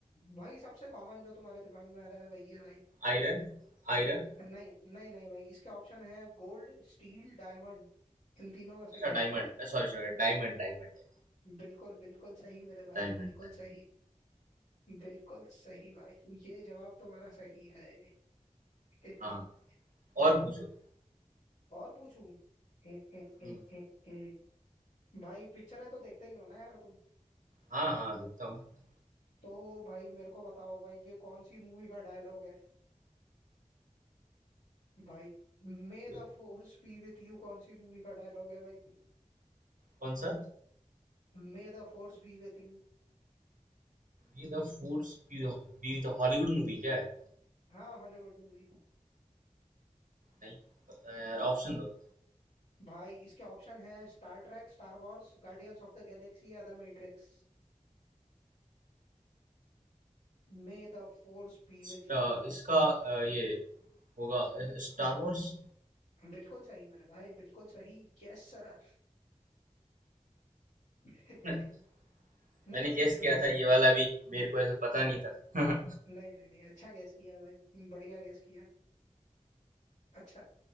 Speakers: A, on the left; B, on the right.
A: भाई सबसे कॉमन जो तुम्हारे दिमाग में आ रहा है वही है भाई
B: Iron iron
A: नहीं नहीं नहीं भाई इसके ऑप्शन है गोल्ड स्टील डायमंड इन तीनों में से
B: अच्छा
A: क्या है
B: diamond
A: भाई
B: sorry sorry diamond diamond
A: बिल्कुल बिल्कुल सही मेरे भाई
B: Diamond
A: बिल्कुल सही बिल्कुल सही भाई ये जवाब तुम्हारा सही है <laughs>
B: हाँ और पूछो
A: और पूछूं ए, ए, ए,
B: हम्म,
A: ए, ए। भाई पिक्चरें तो देखते ही हो ना यार तुम
B: हाँ हाँ देखता हूँ ना
A: तो भाई मेरे को बताओ भाई ये कौन सी मूवी का डायलॉग है भाई May
B: बोलो
A: the force be with you कौन सी मूवी का डायलॉग है भाई
B: कौन सा
A: May the force be with you
B: B the foods B the Hollywood movie क्या है
A: हाँ हॉलीवुड मूवी
B: नहीं पता यार ऑप्शन दो
A: भाई इसके ऑप्शन है Star Trek Star Wars Guardians of the Galaxy या the Matrix May the force be
B: स्ट-
A: with you
B: अ, इसका अ, ये होगा स्टार वॉर्स
A: बिल्कुल सही मेरे भाई बिल्कुल सही Yes sir <laughs>
B: <laughs>
A: नहीं
B: मैंने
A: सही
B: गेस
A: है भाई
B: किया था ये वाला भी मेरे को ऐसा पता नहीं था <laughs>
A: नहीं नहीं नहीं अच्छा गैस किया भाई बढ़िया गैस किया अच्छा